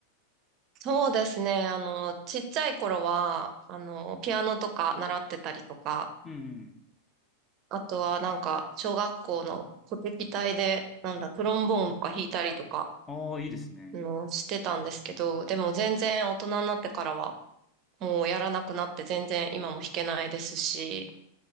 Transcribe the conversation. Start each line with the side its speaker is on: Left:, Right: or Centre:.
Right: そうですね。あの、ちっちゃい頃は、あの、ピアノとか習ってたりとか、
Left: うんうん。
Right: あとはなんか、小学校の鼓劇隊で、なんだ、トロンボーンとか弾いたりとか、
Left: ああ、いいですね。
Right: あの、してたんですけど、でも全然大人になってからは、もうやらなくなって全然今も弾けないですし、